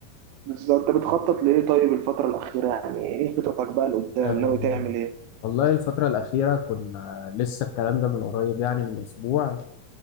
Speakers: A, on the right; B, on the left.
A: بس انت بتخطط لايه طيب الفترة الأخيرة يعني ايه خططك بقى لقدام
B: آه،
A: ناوي تعمل ايه
B: والله الفترة الأخيرة كنا لسه الكلام ده من قريب يعني من أسبوع